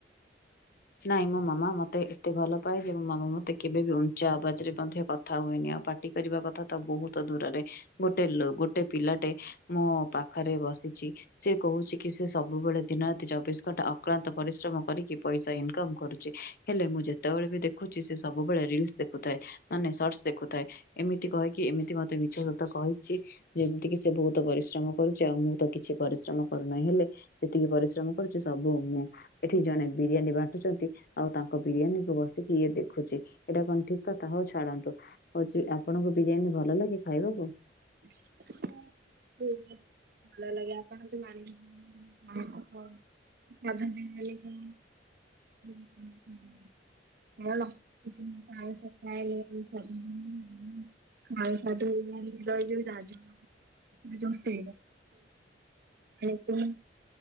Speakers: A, on the left; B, on the right.
A: ନାଇଁ ମୋ ମାମା ମତେ ଏତେ ଭଲ ପାାଏ ଯେ ମୋ ମାମା ମତେ କେବେ ବି ଉଞ୍ଚା ଆବାଜ ରେ ମଧ୍ୟ କଥା ହୁଏନି ଆଉ ପାଟି କରିବା କଥା ତ ବହୁତ ଦୂରରେ। ଗୋଟେ ଲୋ ଗୋଟେ ପିଲାଟେ ମୋ ପାଖରେ ବସିଛି। ସେ କହୁଛି କି ସେ ସବୁବେଳେ ଦିନ ରାତି ଚବିଶ ଘଣ୍ଟା ଅକ୍ଲାନ୍ତ ପରିଶ୍ରମ କରିକି ପଇସା ଇନ ଇନକମ କରୁଛି ହେଲେ ମୁଁ ଯେତେବେଳେ ବି ଦେଖୁଛି ସେ ସବୁବେଳେ ରିଲସ୍ ଦେଖୁଥାଏ। ମାନେ ସର୍ଟସ ଦେଖୁଥାଏ। ଏମିତି କହିକି ଏମିତି ମତେ ମିଛ ସତ କହିଛି ଯେମିତି କିି ସେ ବହୁତ ପରିଶ୍ରମ କରୁଛି ଆଉ ମୁଁ ତ କିଛି ପରିଶ୍ରମ କରୁନାହିଁ ହେଲେ ଯେତିକି ପରିଶ୍ରମ କରୁଛି ସବୁ ମୁଁ ଏଠି ଜଣେ ବିରିୟାନୀ ବା ବାଣ୍ଟୁଛନ୍ତି ଆଉ ତାଙ୍କ ବିରିୟାନୀ କୁ ବସିକି ଇଏ ଦେଖୁଛି ଏଇଟା କଣ ଠିକ କଥା ହଉ ଛାଡନ୍ତୁ। ହଉଛି ଆପଣଙ୍କୁ ବିରିୟାନୀ ଭଲ ଲାଗେ ଖାଇବାକୁ।
B: ହଁ। ତ ଭଲ ଲାଗେ ଆପଣ <inaudible> ସାଧ ମି କ <inaudible> ହ କି ମୁ ପାଳ ସ କହଲେ <inaudible> ହାଇ ସାଧୁ ରହିଲ ସାଜୁ <inaudible> ଉଛି <inaudible>